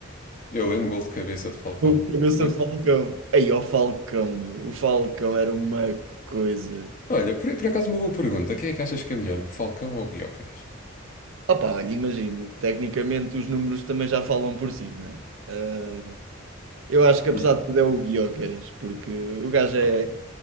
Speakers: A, on the left; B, on the right.
A: Eu lembro gol de cabeça de Falcão,
B: Com a cabeça
A: não foi?
B: de Falcão. Aí, ó Falcão, meu. O Falcão era uma coisa.
A: Olha, por, por acaso uma boa pergunta. Quem é que achas que é melhor, Falcão ou Gyökeres?
B: Opá, olha, imagina. Tecnicamente os números também já falam por si, não é? Eh, Eu acho que apesar
A: <laughs>
B: de tudo é o Guiocas, porque o gajo é.
A: Ok.